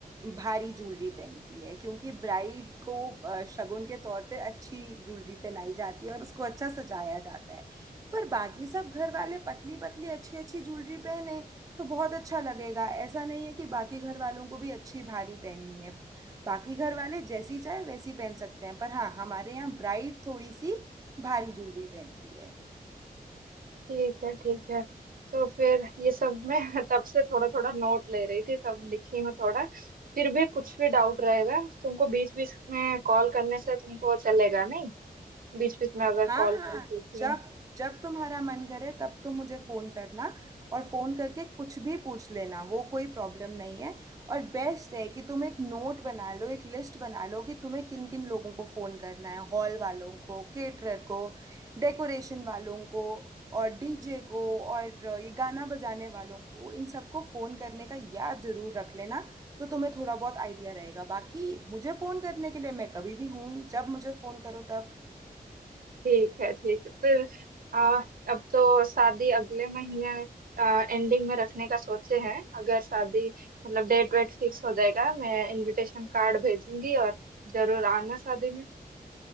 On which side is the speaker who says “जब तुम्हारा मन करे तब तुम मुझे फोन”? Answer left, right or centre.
Right